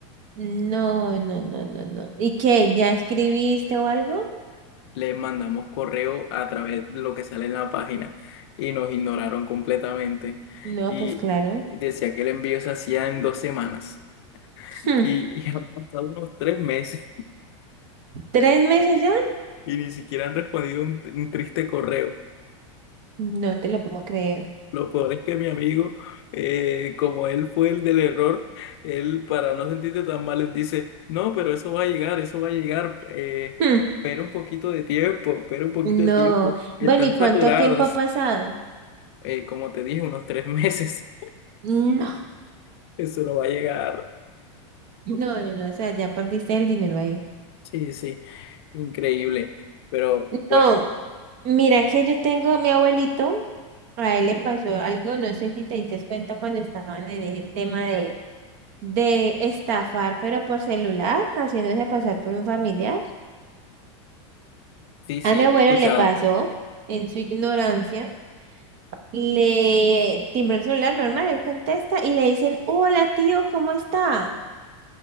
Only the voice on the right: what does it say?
No, no, no, no, no. ¿Y qué? ¿Ya escribiste o algo?
No,
pues claro.
Hmm,
¿Tres meses ya?
No te lo puedo creer.
Hmm,
No.
Bueno, ¿y cuánto
tiempo ha pasado?
No,
no, no, no. O sea, ya perdiste el dinero ahí.
No, mira que yo tengo mi abuelito, a él le pasó
algo, no sé si te diste cuenta cuando estaban en ese tema de, de estafar, pero por celular, haciéndose pasar por un familiar.
A mi abuelo
le pasó, en su ignorancia, le timbró el celular normal, él contesta y le dicen, hola tío, ¿cómo está?